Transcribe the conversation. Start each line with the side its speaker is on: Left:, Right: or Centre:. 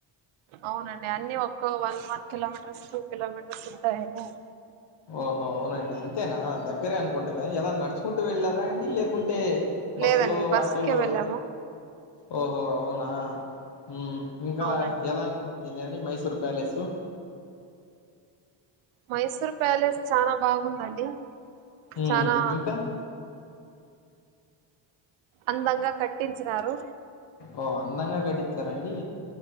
Right: అవునండి అన్ని ఒక one one kilometres two kilometres ఉంటాయండి అంతే
Left: ఓహో అవునండి అంతేనా దగ్గరే అనుకుంటా కదా ఎద నడిచి కుంటూ వెళ్ళారా అండి లేకుంటే బస్సులో
Right: లేదండి బస్సుకే
Left: ఆటోలో
Right: వెళ్ళాము
Left: ఓహో అవునా ఊమ్ ఇంకా
Right: అవునండి
Left: ఎలా ఈన్నే అండీ మైసూర్ ప్యాలెసు
Right: మైసూర్ ప్యాలెస్ చానా బాగుందండి
Left: ఊమ్
Right: చానా
Left: ఇంకా
Right: అందంగా కట్టించినారు.
Left: ఓ అందంగా కట్టీచారా అండి,